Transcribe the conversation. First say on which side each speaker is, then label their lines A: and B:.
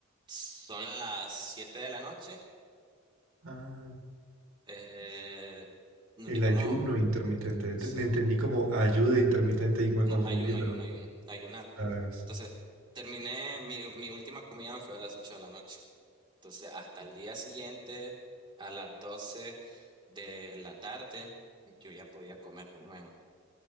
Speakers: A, on the right; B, on the right.
A: son las 7 de la noche.
B: Ah,
A: Eh, no,
B: El
A: digamos,
B: ayuno intermitente.
A: sí.
B: Ent- me entendí como ayuda intermitente y me
A: No,
B: confundí,
A: ayuno,
B: pero...
A: ayuno, ayuno, ayunar.
B: ah, sí.
A: Entonces, terminé, mi, mi última comida fue a las 8 de la noche. Entonces, hasta el día siguiente, a las doce de la tarde, yo ya podía comer de nuevo.